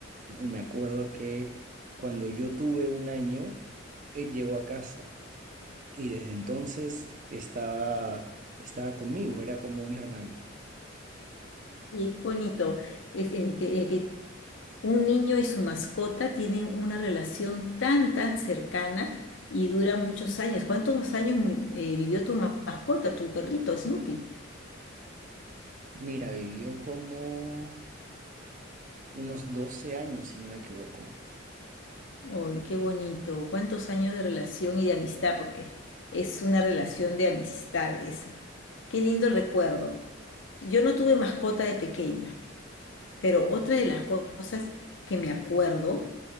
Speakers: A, on the right; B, on the left.
A: me acuerdo que cuando yo tuve un año, él llegó a casa y desde entonces estaba, estaba conmigo, era como un hermano.
B: Y qué bonito es el que, el que un niño y su mascota tienen una relación tan, tan cercana y dura muchos años. ¿Cuántos años eh, vivió tu ma- mascota, tu perrito, Snoopy?
A: Mira, vivió como unos 12 años, si no me equivoco.
B: Uy, qué bonito. ¿Cuántos años de relación y de amistad? Porque es una relación de amistad esa. Qué lindo recuerdo. Yo no tuve mascota de pequeña, pero otra de las co- cosas que me acuerdo,